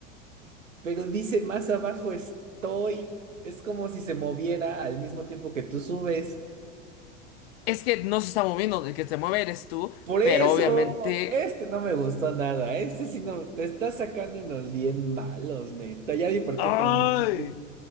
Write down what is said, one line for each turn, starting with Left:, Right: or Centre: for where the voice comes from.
Right: Pero dice más abajo estoy. Es como si se moviera al mismo tiempo que tú subes.
Left: Es que no se está moviendo, el que se mueve eres tú,
Right: Por eso,
Left: pero obviamente...
Right: este no me gustó nada. Este sí no, te está sacando unos bien malos, neta. Ya vi por
Left: ¡Ay!
Right: qué también. tú.